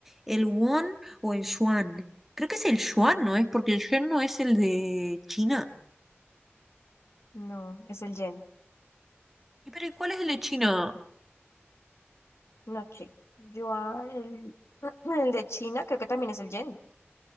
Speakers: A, in the centre; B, on the left (about 80°).
A: el won o el yuan. Creo que es el yuan, ¿no es? Porque el yen no es el de China.
B: no, es el yen.
A: ¿Y pero ¿y cuál es el de China?
B: No, che. Yuan, el, <clears throat> el de China, creo que también es el yen,